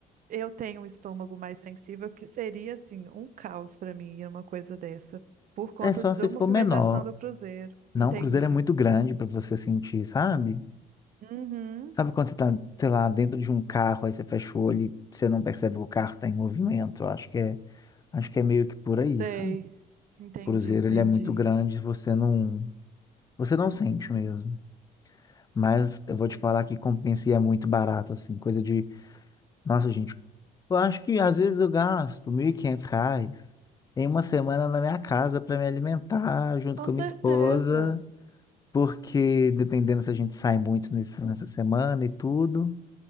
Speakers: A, on the right (about 50°); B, on the left (about 20°).
A: Eu tenho um estômago mais sensível, que seria, assim, um caos pra mim ir uma coisa dessa, por conta
B: É só
A: da
B: se for
A: movimentação
B: menor.
A: do cruzeiro.
B: Não,
A: Entendi.
B: o cruzeiro é muito grande para você sentir, sabe?
A: Uhum,
B: Sabe quando você tá, sei lá, dentro de um carro, aí você fecha o olho e você não percebe que o carro tá em movimento? Eu Acho que é, acho que é meio que por aí,
A: sei.
B: sabe?
A: Entendi,
B: O cruzeiro,
A: entendi.
B: ele é muito grande, você não Você não sente mesmo. Mas eu
A: Entendi.
B: vou te falar que compensa e é muito barato, assim. Coisa de. Nossa, gente, eu acho que às vezes eu gasto 1.500 reais em uma semana na minha casa para me alimentar junto
A: Com
B: com
A: certeza.
B: a minha esposa. Porque dependendo se a gente sai muito nesse- nessa semana e tudo.